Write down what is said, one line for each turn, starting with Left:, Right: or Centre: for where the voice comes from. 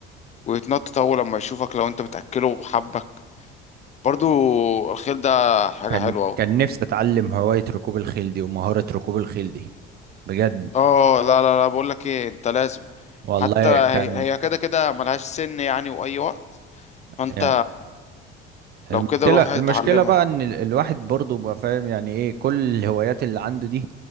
Left: ويتنطط اول لما يشوفك لو انت بتاكله وحبك برضو الخيل ده حاجة
Right: كان
Left: حلوة قوي
Right: كان نفسي اتعلم هواية ركوب الخيل دي ومهارة ركوب الخيل دي بجد
Left: اه لا لا لا بقول لك ايه انت لازم
Right: والله
Left: حتى هي
Right: كان
Left: هي كده كده ملهاش سن يعني واي وقت فانت
Right: يعني المشكلة
Left: لو كده روح اتعلمها
Right: المشكلة بقى ان ال- الواحد برضه بقى فاهم يعني ايه كل الهوايات اللي عنده دي